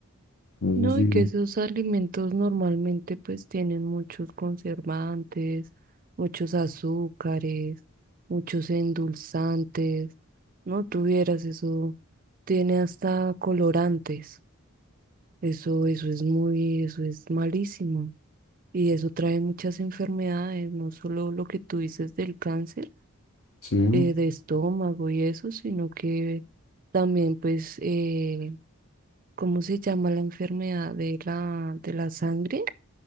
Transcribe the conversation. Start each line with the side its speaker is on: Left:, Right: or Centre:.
Left: No
Right: No,
Left: sé si,
Right: y que esos alimentos normalmente pues tienen muchos conservantes, muchos azúcares, muchos endulzantes. No tuvieras eso, tiene hasta colorantes. Eso, eso es muy, eso es malísimo. Y eso trae muchas enfermedades, no solo lo que tú dices del cáncer.
Left: sí,
Right: eh, de estómago y eso, sino que también pues, eh, ¿cómo se llama la enfermedad de la, de la sangre?